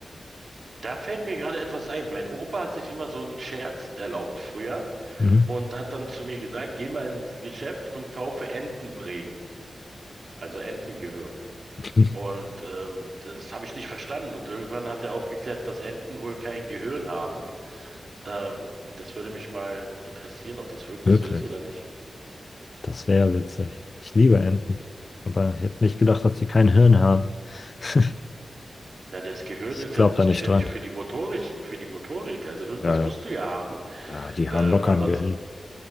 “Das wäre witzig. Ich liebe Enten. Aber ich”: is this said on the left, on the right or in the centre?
Left